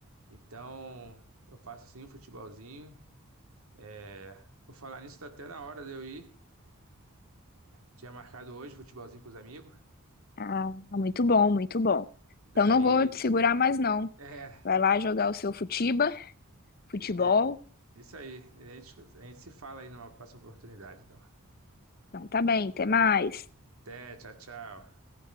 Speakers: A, on the right; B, on the left.
A: Então, eu faço sim um futebolzinho. É, Por falar nisso, tá até na hora de eu ir. Tinha marcado hoje futebolzinho com os amigos.
B: Ah, muito bom, muito bom.
A: Daí,
B: Então não vou te segurar mais não.
A: é,
B: Vai lá jogar o seu futiba, futebol.
A: é, é, isso aí. A gente, a gente se fala aí numa próxima oportunidade, então.
B: Então tá bem, até mais.
A: Até, tchau, tchau.